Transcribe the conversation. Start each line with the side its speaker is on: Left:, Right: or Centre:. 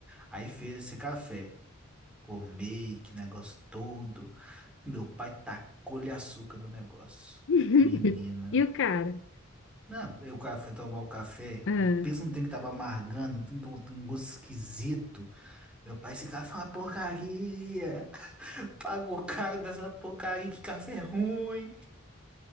Centre: Aí fez esse café, gourmet, que negócio todo. Meu pai tacou-lhe açúcar no negócio.
Left: <laughs>
Centre: Menina.
Left: E o cara?
Centre: Não, eu, o cara foi tomar o café,
Left: Ah.
Centre: o peso não tem que tava amargando, tem que- ter um tem um gosto esquisito. Meu pai, esse café é uma porcaria. Pagou caro dessa porcaria, que café ruim.